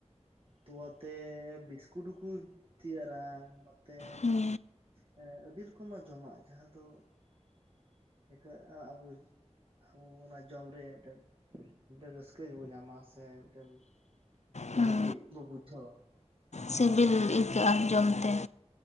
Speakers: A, on the right; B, on the left.
A: ᱛᱚᱣᱟᱛᱮ ᱵᱤᱥᱠᱩᱴ ᱦᱚᱸᱠᱚ ᱛᱮᱭᱟᱨᱟ ᱱᱚᱛᱮ
B: ᱦᱩᱸ
A: ᱦᱮᱸ ᱟᱹᱰᱤ ᱨᱚᱠᱚᱢᱟᱜ ᱡᱚᱢᱟᱜ ᱡᱟᱦᱟᱸ ᱫᱚ ᱤᱠᱷᱟᱹᱱ ᱟᱲᱟᱝ ᱵᱩᱡ ᱟᱵᱚ ᱚᱱᱟ ᱡᱚᱢ ᱨᱮ ᱮᱱᱛᱮ ᱢᱤᱫᱴᱮᱱ ᱨᱟᱹᱥᱠᱟᱹ ᱜᱮᱵᱚ ᱧᱟᱢᱟ ᱥᱮ ᱢᱤᱫᱴᱮᱱ ᱵᱷᱟᱜᱤ
B: ᱦᱩᱸ
A: ᱵᱩ ᱵᱩᱡᱷᱟᱹᱣ ᱟ
B: ᱥᱤᱵᱤᱞ ᱟᱹᱭᱠᱟᱹᱜᱼᱟ ᱡᱚᱢᱛᱮ